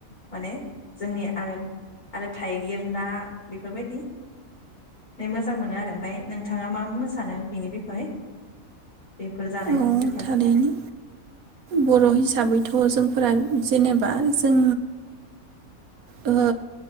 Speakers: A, on the left; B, on the right.
A: माने जोंनि आरो आरो थाइगिर ना बेफोरबायदि मोजां मोनो आरो ओमफ्राय नोंथाङा मा बुंनो सानो बिनि बिखय? बेफोर जानायनि
B: अ
A: बिखय
B: थारैनो बर' हिसाबैथ' जोंफोरा जेनेबा जों ओ